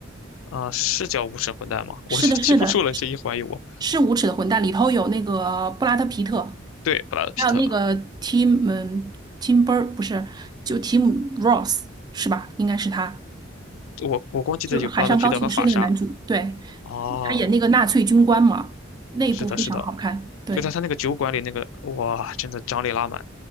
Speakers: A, on the left (about 75°); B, on the right (about 20°).
A: 呃，是叫《无耻混蛋》吗？<laughs> 我就记不住了，
B: 是的，是的，
A: 你这一怀疑我。
B: 是无耻的混蛋，里头有那个布拉德皮特，
A: 对，布拉德皮特，
B: 还有那个 Tim 嗯 Tim Bur 不是，就 Tim Ross 是吧？应该是他，
A: 我我光记得有布拉德皮特和法莎。
B: 就是《海上钢琴师》那个男主，对，
A: 哦，
B: 他演那个纳粹军官嘛，那一部非常好看。
A: 是的，是的，
B: 对，
A: 就在他那个酒馆里那个，哇，真的张力拉满。